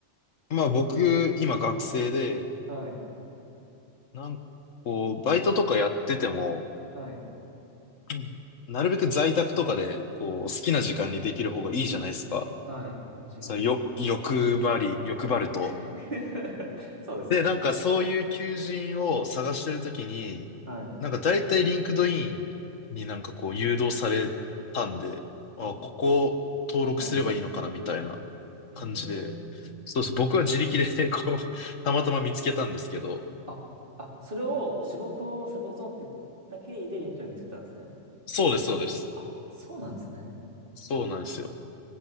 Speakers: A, on the left; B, on the right.
A: まあ僕、今学生で、
B: はい。
A: なんかこう、バイトとかやってても、
B: はい。
A: うんなるべく在宅とかで、こう、好きな時間にできる方がいいじゃないですか。
B: はい。もちろん。
A: そう、よ、欲張り、欲張ると。
B: <laughs> そうですよね。
A: で、なんかそういう求人を探してるときに、
B: はい。
A: なんか大体リンクドインになんかこう誘導されたんで、あ、
B: あ、
A: ここ登録すればいいのかなみたいな
B: そうなんですね。ええ
A: 感じで、そうです。僕は自力で <laughs> こう、<laughs> たまたま見つけたんですけど、
B: あ、あ、それを仕事を探そうって言った経緯でリンクトイン見つけたんですね。
A: そうです、そうです。
B: あ、そうなんですね。
A: そうなんですよ。